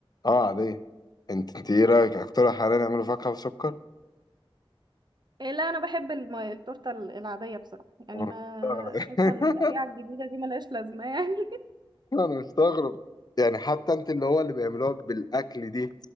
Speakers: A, on the left; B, on the right.
A: اه عادية انت انت ايه رأيك اقترح علينا نعمله فاكهة وسكر
B: إيه لا انا بحب الم... التورته ال- العاديه بصراحه يعني
A: انا
B: ما شايفه
A: مستغرب
B: التقليعه الجديده دي ملهاش لازمه يعني <laughs>
A: <laughs> انا مستغرب يعني حتى انت اللي هو اللي بيعملوها بالاكل دي